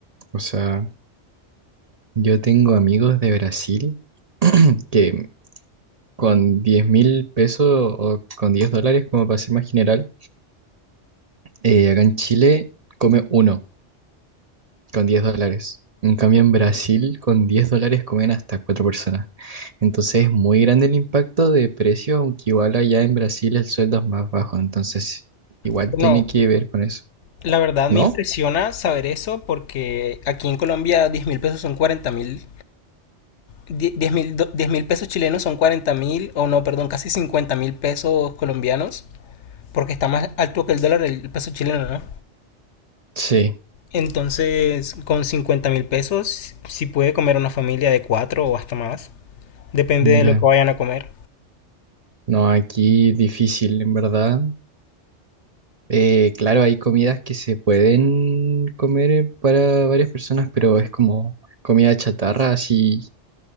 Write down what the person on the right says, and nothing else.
O sea, yo tengo amigos de Brasil <clears throat> que con diez mil pesos o con 10 dólares, como para ser más general, eh, acá en Chile come uno con 10 dólares. En cambio, en Brasil con 10 dólares comen hasta cuatro personas. Entonces es muy grande el impacto de precio, aunque igual allá en Brasil el sueldo es más bajo. Entonces igual
tiene que ver con eso.
¿No?
Sí,
mira,
no, aquí difícil, en verdad. Eh, claro, hay comidas que se pueden comer eh, para varias personas, pero es como comida chatarra, así